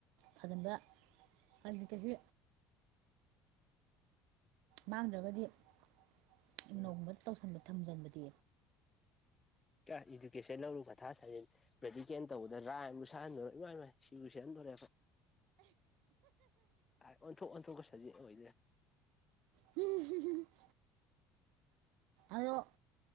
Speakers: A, on the right; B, on the left.
A: ꯊꯥꯖꯤꯟꯕ ꯎꯄꯥꯏ ꯂꯩꯇ꯭ꯔꯗꯤ ꯃꯥꯡꯗ꯭ꯔꯒꯗꯤ ꯏꯒꯅꯧꯒꯨꯝꯕ
B: ꯎꯝ
A: ꯇꯧꯁꯟꯕ ꯊꯝꯖꯟꯕꯗꯤ
B: ꯇ꯭ꯔꯥ ꯏꯗꯨꯀꯦꯁꯟꯅ ꯑꯃꯨꯛ ꯃꯊꯥ ꯁꯥꯖꯤꯜꯂꯤ ꯃꯦꯗꯤꯀꯦꯜ ꯇꯧꯕꯗ ꯔꯥꯏꯝ ꯁꯛꯍꯟꯗꯅ ꯏꯃꯥꯏ ꯏꯃꯥꯏ ꯁꯤꯕꯨ ꯁꯤꯔꯝꯗꯣꯔꯦ ꯑꯩꯈꯣꯏ ꯑꯥꯏ ꯑꯣꯟꯊꯣꯛ ꯑꯣꯟꯊꯣꯛꯄ ꯁꯞꯖꯦꯛ ꯑꯣꯏ ꯂꯩꯔꯝꯃꯦ
A: ꯍꯨꯝ ꯍꯨꯝ ꯍꯨꯝ ꯍꯨꯝ ꯑꯂꯣ